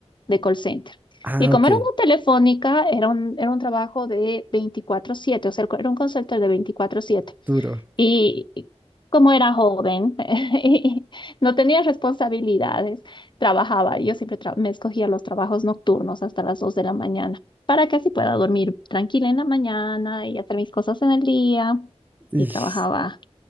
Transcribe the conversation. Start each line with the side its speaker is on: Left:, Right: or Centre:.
Left: de call center.
Right: Ah,
Left: Y como
Right: ok,
Left: era una telefónica, era un, era un trabajo de veinticuatro siete o sea, era un call center de veinticuatro siete
Right: duro,
Left: Y y como era joven <laughs> y no tenía responsabilidades, trabajaba. Yo siempre tra- me escogía los trabajos nocturnos hasta las 2 de la mañana para que así pueda dormir tranquila en la mañana y hacer mis cosas en el día.
Right: ish,
Left: Y trabajaba